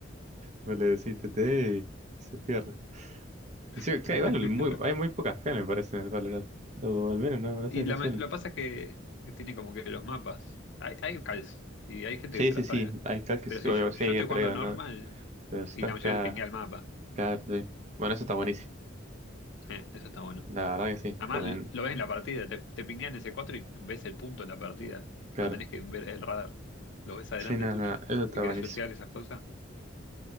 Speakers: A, on the right; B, on the left.
A: Vos le decís TT y se pierde. Encima,
B: <laughs>
A: claro, igual, muy, hay muy pocas canes, me parece, en el Valorant. O al menos, no, no
B: Y
A: sé, no
B: la
A: suelen.
B: ma- lo que pasa es que tiene como que los mapas. Hay, hay calls y hay gente
A: Sí,
B: que se
A: sí,
B: la
A: sí,
B: sabe.
A: hay cal que
B: Pero
A: se-
B: si yo,
A: sí,
B: yo estoy jugando
A: pero digo,
B: normal
A: no. Pero si
B: y
A: estás
B: la
A: acá,
B: mayoría te pinguea el mapa.
A: acá, sí. Bueno, eso está buenísimo.
B: Eh, eso está bueno.
A: La verdad que sí,
B: Además,
A: porque, en-
B: lo ves en la partida, te, te pinguean ese 4 y ves el punto en la partida.
A: claro,
B: No tenés que ver el radar. Lo ves adelante
A: sí, nada
B: tuyo.
A: no, eso está
B: Si querés
A: buenísimo.
B: shotear esas cosas.